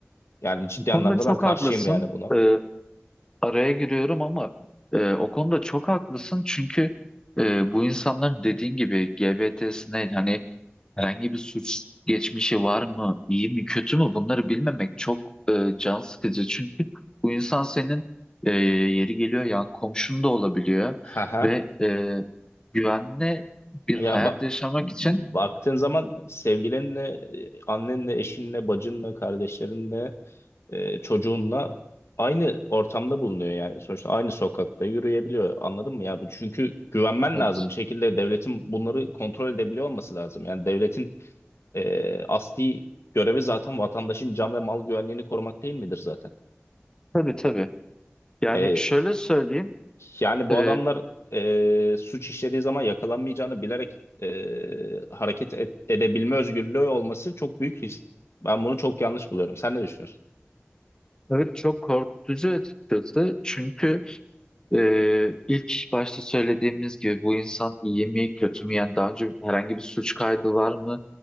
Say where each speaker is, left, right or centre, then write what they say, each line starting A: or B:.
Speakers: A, on the left; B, on the left.
A: Yani ciddi
B: Bu konuda
A: anlamda
B: çok
A: ben karşıyım
B: haklısın.
A: yani buna.
B: Ee, araya giriyorum ama e, o konuda çok haklısın çünkü e, bu insanlar dediğin gibi GBT'sine hani Herhangi bir suç geçmişi var mı, iyi mi, kötü mü bunları bilmemek çok e, can sıkıcı. Çünkü bu insan senin e, yeri geliyor yan komşun da olabiliyor
A: Ha ha
B: ve e, güvenli bir
A: Ya
B: hayat
A: ba-
B: yaşamak
A: baktığın
B: için
A: zaman sevgilinle, e, annenle, eşinle, bacınla, kardeşlerinle, e, çocuğunla aynı ortamda bulunuyor yani. Sonuçta aynı sokakta yürüyebiliyor. Anladın mı ya? Bu- Çünkü güvenmen
B: bak,
A: lazım. Bir şekilde devletin bunları kontrol edebiliyor olması lazım. Yani devletin e, asli görevi zaten vatandaşın can ve mal güvenliğini korumak değil midir zaten?
B: tabii tabii. Yani
A: E,
B: şöyle söyleyeyim,
A: yani bu
B: e,
A: adamlar e, suç işlediği zaman yakalanmayacağını bilerek e, hareket et- edebilme özgürlüğü olması çok büyük risk. Ben bunu çok yanlış buluyorum. Sen ne düşünüyorsun?
B: evet çok korkutucu açıkçası çünkü Ee, ilk başta söylediğimiz gibi bu insan iyi mi kötü mü yani daha önce herhangi bir suç kaydı var mı